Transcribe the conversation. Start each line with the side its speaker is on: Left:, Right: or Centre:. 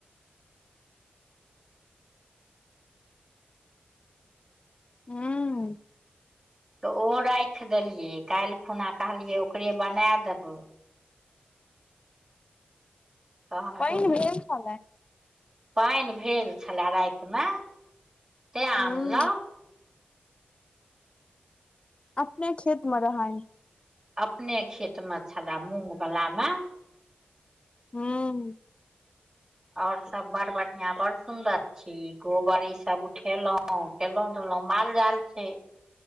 Left: हू
Right: तऽ ओ राखि देलियै काल्हि खुना कहलियै ओकरे बना देबै तहन
Left: पहिन भेल छलैन
Right: पानि भेल छलए रातिमे तेऽ
Left: हूँ
Right: आनलहुँ
Left: अपने खेत मऽ रहैन
Right: अपने खेत मे छलए मूंग वला मे।
Left: हू।
Right: और सभ बड़ बढ़िया बड़ सुंदर छी गोबर ईसभ उठेलहुँ केलहूँ रहलहुँ माल जाल छै